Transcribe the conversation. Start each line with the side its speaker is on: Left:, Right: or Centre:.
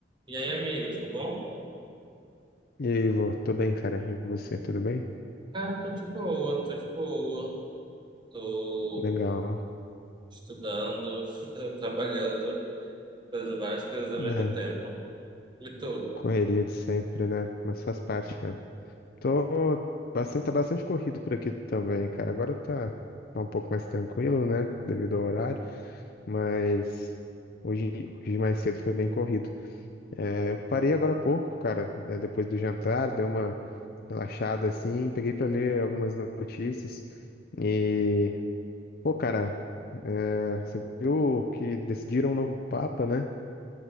Right: E aí, amigo, tudo bom?
Left: E aí, Ivo, tô bem, cara. E você, tudo bem?
Right: Cara, tô de boa, tô de boa. Tô
Left: Legal.
Right: estudando, <laughs> trabalhando, fazendo várias coisas ao
Left: Né?
Right: mesmo tempo. E tu?
Left: Correria de sempre, né? Mas faz parte, cara. Tô bastante, tá bastante corrido por aqui também, cara. Agora tá, tá um pouco mais tranquilo, né? Devido ao horário, mas hoje, hoje mais cedo foi bem corrido. É, eu parei agora há pouco, cara, né, depois do jantar, dei uma relaxada assim, peguei pra ler algumas notícias e, pô, cara, é, você viu que decidiram um novo papa, né?